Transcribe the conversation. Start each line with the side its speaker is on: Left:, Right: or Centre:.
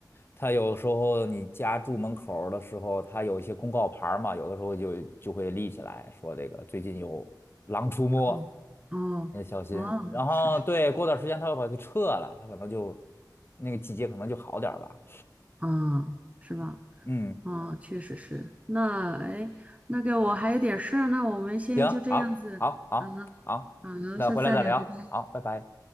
Left: 它有时候你家住门口儿的时候，它有一些公告牌儿嘛，有的时候就就会立起来说这个最近有狼出没，
Right: 嗯，哦哦哦，
Left: 你得小心。然后对，
Right: 是是是，
Left: 过段时间它又把它给撤了，它可能就那个季节可能就好点儿吧。
Right: 啊，是吧？
Left: 嗯。
Right: 啊，确实是。那哎，那个我还有点事儿，那我们先就这样子，
Left: 行，好，好，好，
Right: 嗯，
Left: 好，
Right: 好，
Left: 那回来再聊，
Right: 下次再聊。拜拜。
Left: 好，拜拜。